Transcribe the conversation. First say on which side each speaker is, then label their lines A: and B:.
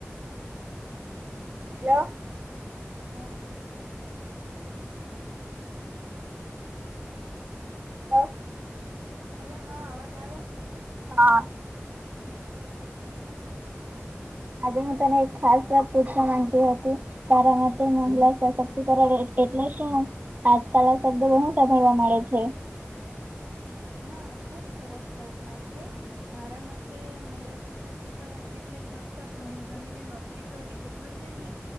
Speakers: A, on the right; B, on the right.
A: Hello.
B: Hello.
A: હા.
B: હ.
A: Hello હા અવાજ આવે?
B: હા.
A: હમ્મ.
B: આજે હું તને એક ખાસ વાત પૂછવા માંગતી હતી. તારા માટે મહિલા સશક્તિ કરણ એ-એટલે શું? આજકાલ આ શબ્દો બહુ સાભાળવા મળે છે.
A: હા ખુબ સરસ પ્રશ્ન છે. મારા મતે મહિલા સશક્તિકરણ એટલે ફક્ત ભણી ગણીને નોકરી કરવી એ ટલુ જ નહી